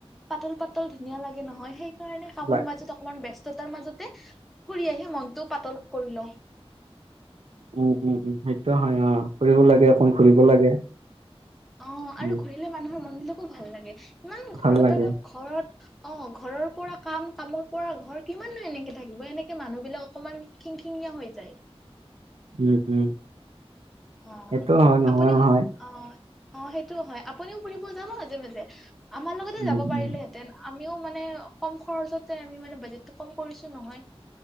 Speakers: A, in the centre; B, on the right (about 75°).
A: পাতল পাত। ধুনীয়া লাগে নহয় সেই কাৰণে কামৰ
B: লাই
A: মাজত অকণমান ব্যস্ত। তাৰ মাজতে ফুৰি আহি মনটো পাতল কৰি লয়।
B: উম উম উম সেইটোয় হয় অ কৰিব লাগে অকণ ঘুৰিব লাগে।
A: অ
B: উম
A: আৰু ঘূৰিলে মানুহৰ মনবিলাকো ভাল লাগে ইমান ঘৰত
B: ভাল লাগে
A: অলপ ঘৰত। অ ঘৰৰ পৰা কাম কামৰ পৰা ঘৰ কিমানন এনেকে থাকিব এনেকে মানুহ বিলাক অকমান থিংকিং। হৈ যায়।
B: উম উম।
A: অ
B: সেইটো হয় নহয়
A: আপুনি
B: নহয়
A: অ। অ সেইটো হয় আপুনিও ফুৰিব যাও মাজে মাজে আমাৰ লগতে
B: উম
A: যাব পাৰিলেহেঁতেন
B: উম
A: আমিও মানে কম খৰচত- আমি মানে বাজেটটো কম কৰিছো নহয়।